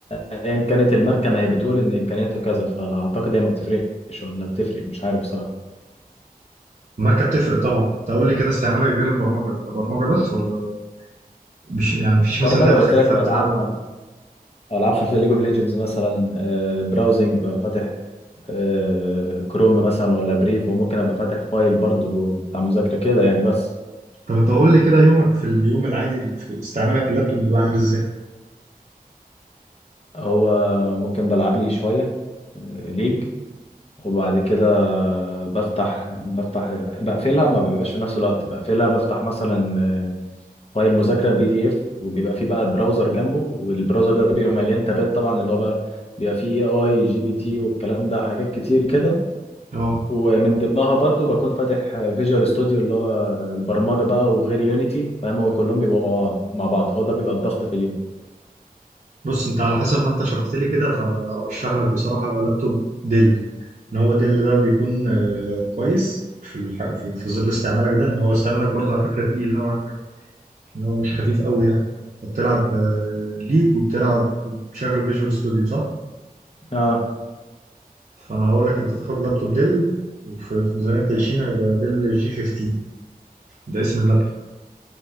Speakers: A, on the left; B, on the right.
A: ايا كانت الماركه ما هي بتقول ان امكانياتها كذا فاعتقد هي ما بتفرقش ولا بتفرق مش عارف بصراحه
B: الماركة بتفرق طبعا انت قول لي كده استعمالك غير البرمجة انت برمجة بس ولا مش يعني مفيش مثلا
A: برمجه
B: لعبة
A: قلت
B: خفيفة
A: لك والعاب
B: بتلعبها
A: العاب خفيفه ليج اوف ليجندز مثلا آه، براوزنج ببقى فاتح آه، كروم مثلا ولا بريف وممكن ابقى فاتح فايل برضو بتاع مذاكره كده يعني بس
B: طب انت قول لي كده يومك في اليوم العادي في استعمالك اللابتوب بيبقى عامل ازاي
A: هو ممكن بلعب لي شويه آه، ليج وبعد كده بفتح بفتح بقفلها ما بيبقاش في نفس الوقت بقفلها بفتح مثلا آه، فايل مذاكره بي دي اف وبيبقى فيه بقى براوزر جنبه والبراوزر ده بيبقى مليان تابات طبعا اللي هو بقى بيبقى فيه اي اي جي بي تي والكلام ده حاجات كتير كده
B: اه
A: ومن ضمنها برضو بكون فاتح فيجوال ستوديو اللي هو البرمجه بقى وغير يونيتي فاهم هو كلهم بيبقوا مع بعض مع بعض هو ده بيبقى الضغط في اليوم
B: بص انت على حسب ما انت شرحت لي كده فانا ارشح لك بصراحة لابتوب ديل ان هو ديل ده بيكون آه، كويس في الح... في في ظل استعمالك ده ان هو استعمالك برضه على فكرة تقيل نوعا ما ان هو مش خفيف قوي يعني انت بتلعب آه، ليج وبتلعب بتشغل فيجوال ستوديو صح
A: اه
B: فانا هقول لك انت تاخد لابتوب ديل وفي في ميزانيه 20 هيبقى ديل جي 15 ده اسم اللابتوب